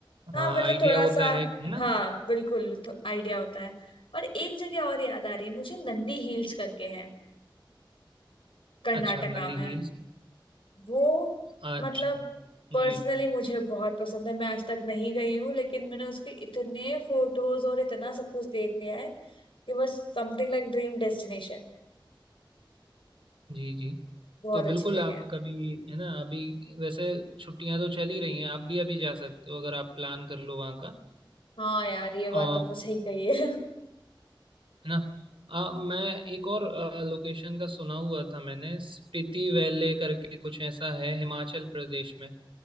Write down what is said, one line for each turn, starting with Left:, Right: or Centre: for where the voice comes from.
Left: हाँ
Right: हाँ
Left: मतलब
Right: आइडिया
Left: थोड़ा
Right: होता
Left: सा
Right: है है ना
Left: हाँ बिल्कुल तो आइडिया होता है और एक जगह और याद आ रही है मुझे नंदी हिल्स करके है कर्नाटका
Right: अच्छा नंदी
Left: में
Right: हिल्स
Left: वो
Right: अच्छा
Left: मतलब पर्सनली
Right: जी
Left: मुझे बहुत पसंद है मैं आज तक नहीं गई हूँ लेकिन मैंने उसके इतने फोटोज और इतना सब कुछ देख लिया है कि बस समथिंग लाइक ड्रीम डेस्टिनेशन
Right: जी जी
Left: बहुत
Right: तो
Left: अच्छी
Right: बिल्कुल
Left: जगह
Right: आप
Left: है
Right: कभी है ना अभी वैसे छुट्टियां तो चल ही रही हैं आप भी अभी जा सकते हो अगर आप प्लान कर लो वहाँ
Left: हाँ यार ये बात
Right: का
Left: तो बहुत सही कही है <laughs>
Right: है ना आ, मैं एक और लोकेशन का सुना हुआ था मैंने स्पीति वैले करके कुछ ऐसा है हिमाचल प्रदेश में